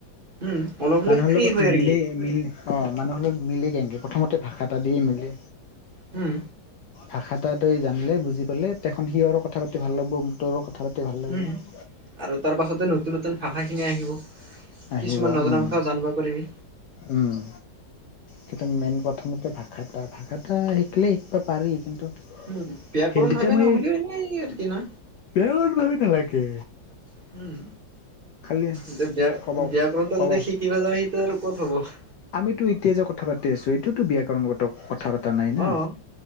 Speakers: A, on the right; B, on the left.
A: উম, অলপ হ'লেও
B: মানুহৰ
A: ফ্ৰী
B: লগত
A: হয় আৰু
B: মিলেই
A: কি
B: মিল অ' মানুহৰ লগত মিলে কেনেকে, প্ৰথমতে ভাষা এটা দিয়ে মিলে।
A: হুম।
B: ভাষা এটো এই জানিলে, বুজি পালে তেখন সিহঁৰো কথা পাতি ভাল লাগব, তৰো কথা পাতি ভাল লাগব।
A: উম। আৰু তাৰপাছতে নতুন নতুন ভাষাখিনি আহিব,
B: আহিব
A: কিছুমান নজনা
B: উম,
A: ভাষাও জানিব পাৰিবি।
B: উম। কিন্তু মেইন প্ৰথমতে ভাষা এটা, ভাষা এটা শিকিলেই শিকিবা পাৰি কিন্তু
A: উ, ব্যয়াকৰণ
B: হিন্দীতে
A: ভাবে
B: মই
A: নহ'লেও এনে আৰ্কি না?
B: বেয়া ভাবি নালাগে
A: উম,
B: খালি
A: এতিয়া ব্যা-ব্যাকৰণতা
B: ক'ব ক'ব
A: যদি শি কিব যাওঁ, এতিয়া আৰু ক'ত হ'ব।
B: আমিতো এতিয়া যে কথা পাতি আছো, এইটোওতো ব্যয়াকৰণগত কথা পাত তা নাই না,
A: অ'।